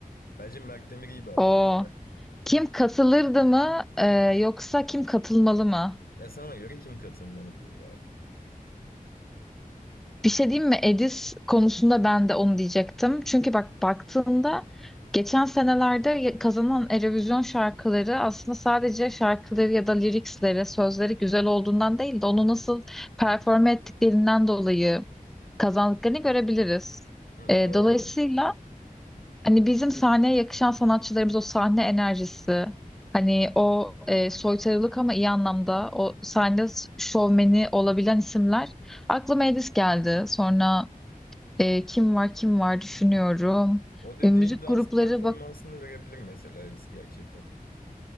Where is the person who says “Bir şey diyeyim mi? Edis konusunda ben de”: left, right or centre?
Centre